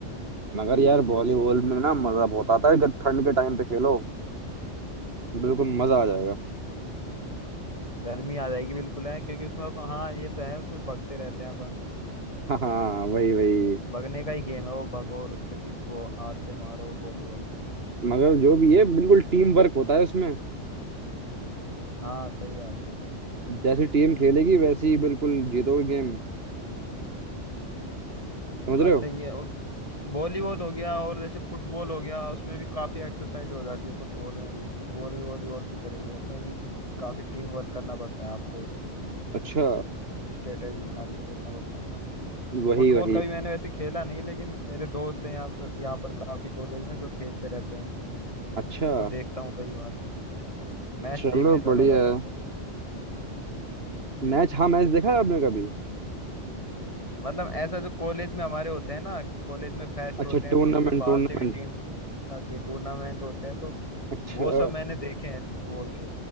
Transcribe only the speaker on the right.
मगर यार वॉलीबॉल में ना मजा बहुत आता है अगर ठंड के टाइम पे खेलो बिल्कुल मजा आ जाएगा
<laughs> हाँ वही वही
मगर जो भी है बिल्कुल टीम वर्क होता है उसमें
जैसी टीम खेलेगी वैसी ही बिल्कुल जीतोगे गेम समझ
रहे
हो
अच्छा
वही
वही
अच्छा
चलो
बढ़िया
है
मैच हाँ मैच देखा है आपने कभी
अच्छा
टूर्नामेंट
टूर्नामेंट
अच्छा